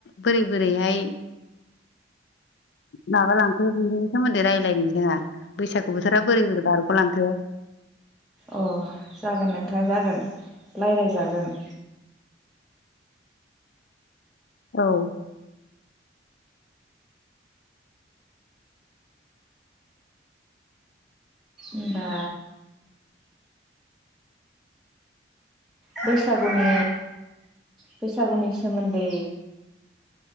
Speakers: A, on the left; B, in the centre.
A: बोरै बोरैहाय माबा लांखो बिनि सोमोन्दै रायज्लायनो जोंहा बैसागु बोथोरा बोरै बोरै बारग'लांखो <inaudible>
B: अ जागोन नोंथां जागोन रायज्लायजागोन
A: औ
B: ओमबा बैसागुनि बैसागुनि सोमोन्दै